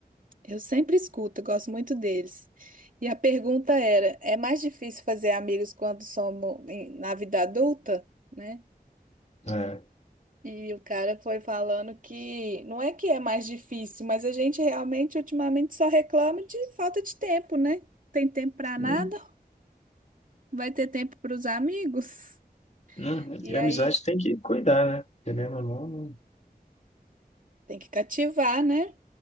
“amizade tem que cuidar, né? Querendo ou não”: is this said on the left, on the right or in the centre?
Left